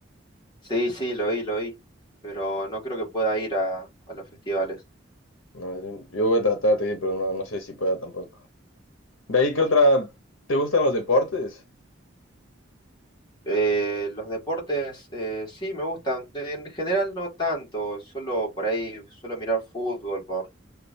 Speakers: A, on the left (about 20°); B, on the left (about 85°).
A: Sí, sí, lo oí, lo oí, pero no creo que pueda ir a, a los festivales.
B: No, yo, yo voy a tratar de ir, pero no, no sé si pueda tampoco. ¿De ahí qué otra? ¿Te gustan los deportes?
A: Eh, los deportes eh, sí me gustan, en general no tanto, solo por ahí suelo mirar fútbol por,